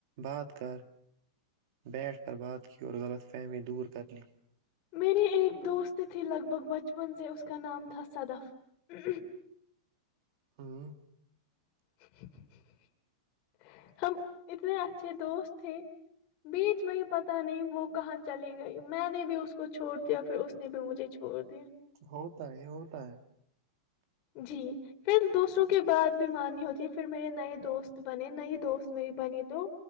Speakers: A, on the right; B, on the left.
A: بات کر بیٹھ کر بات کی اور غلط فہمی دور کر لی
B: میری ایک دوست تھی لگ بھگ بچپن سے اس کا نام تھا صدف
A: ہوں
B: <unintelligible> ہم اتنے اچھے دوست تھے بیچ میں پتا نہیں وہ کہاں چلی گئی میں نے بھی اس کو چھوڑ دیا پھر اس نے بھی مجھے چھوڑ دیا
A: ہوتا ہے ہوتا ہے
B: جی پھر دوسروں کے بعد بی مارنی ہوتی ہے پھر میرے نئے دوست بنے نئی دوست میری بنی تو